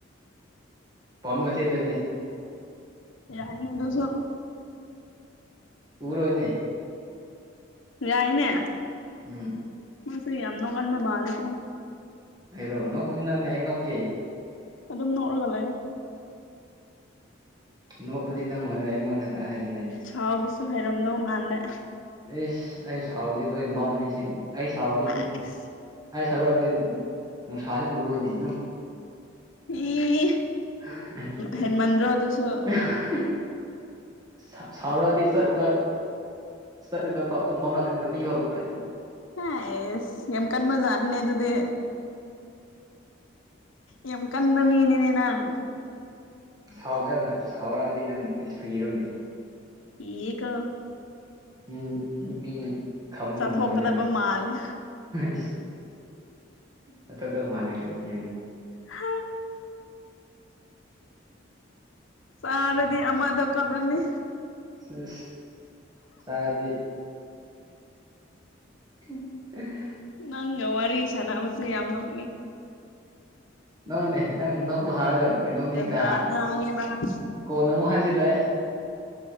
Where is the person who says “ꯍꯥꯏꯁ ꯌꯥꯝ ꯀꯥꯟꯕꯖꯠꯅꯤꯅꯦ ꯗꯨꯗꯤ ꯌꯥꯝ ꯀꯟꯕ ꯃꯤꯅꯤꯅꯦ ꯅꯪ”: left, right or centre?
Left